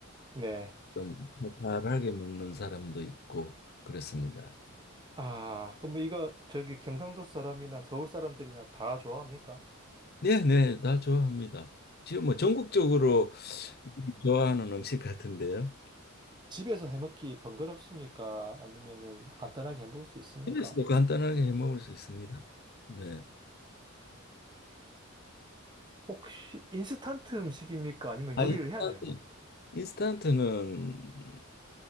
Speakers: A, on the right; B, on the left.
A: 네.
B: 좀 달달하게 먹는 사람도 있고 그렇습니다.
A: 아, 그럼 뭐 이거 저기 경상도 사람이나 서울 사람들이나 다 좋아합니까?
B: 네네, 다 좋아합니다. 지금 뭐 전국적으로 좋아하는 음식 같은데요.
A: 집에서 해먹기 번거롭습니까? 아니면은 간단하게 해먹을 수 있습니까?
B: 그래서도 간단하게 해 먹을 수 있습니다. 네.
A: 혹시 인스턴트 음식입니까? 아니면
B: 아,
A: 요리를
B: 인스턴트,
A: 해야 되는 겁니까?
B: 인스턴트는